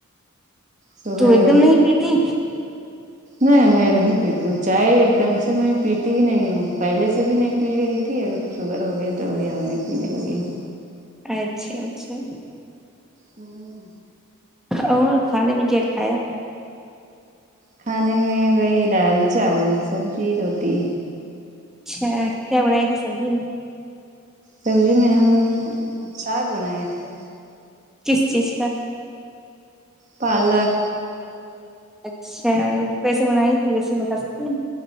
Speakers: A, on the right; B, in the centre.
A: سوگر
B: تو
A: اوگر
B: ایک دم نہیں پیتی
A: نہیں میں نہیں پیتی ہوں چائے ایک دم سے میں پیتی ہی نہیں ہوں پہلے سے بھی نہیں پی رہی تھی ابھی تو شوگر ہو گیا تو ابھی اور نہیں پینے لگی ہوں
B: اچھا اچھا
A: ہوں
B: اور کھانے میں کیا کھایا
A: کھانے میں وہی دال چاول سبزی روٹی
B: اچھا کیا بنائی تھی سبزی میں
A: سبزی میں ہم ساگ بنائے تھے
B: کس چیز کا
A: پالک
B: اچھا وہ کیسے بنائی تھی ریسیپی بتا سکتی ہیں